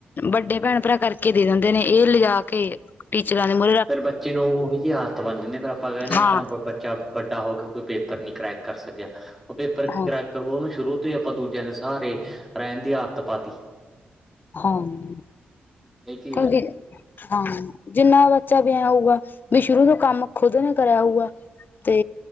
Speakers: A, on the left (about 50°); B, in the centre.
A: ਵੱਡੇ ਭੈਣ-ਭਰਾ ਕਰਕੇ ਦੇ ਦਿੰਦੇ ਨੇ ਇਹ ਲਿਜਾ ਕੇ। ਟੀਚਰਾਂ ਨੇ ਮੁਹ
B: ਫੇਰ ਬੱਚੇ ਨੂੰ ਉਹੋ ਜਿਹੀ ਆਦਤ ਬਨ ਜਾਂਦੀ ਏ, ਫਿਰ ਆਪਾਂ ਕਹਿੰਦੇ
A: ਹਾਂ
B: ਆਪਣਾ ਬੱਚਾ ਵੱਡਾ ਹੋ ਕੇ ਕੋਈ ਪੇਪਰ ਨੀ ਕਰੇਕ ਕਰ ਸਕਿਆ, ਉਹ ਪੇਪਰ
A: ਹਾਂ
B: ਕਰੈਕ ਫੇਰ ਉਹਨੂੰ ਸ਼ੁਰੂ ਤੋਂ ਹੀ ਆਪਾਂ ਦੂਜਿਆਂ ਦੇ ਸਹਾਰੇ ਰਹਿਣ ਦੀ ਆਦਤ ਪਾ ਤੀ।
A: ਹਾਂ। <unintelligible>
B: ਇਹ ਚੀਜ਼ ਆ
A: ਹਾਂ, ਜਿੰਨਾ ਬੱਚਾ ਵਿਆਊਗਾ ਵੀ ਸ਼ੁਰੂ ਤੋਂ ਕੰਮ ਖੁਦ ਨੂੰ ਕਰਾਉਗਾ। ਤੇ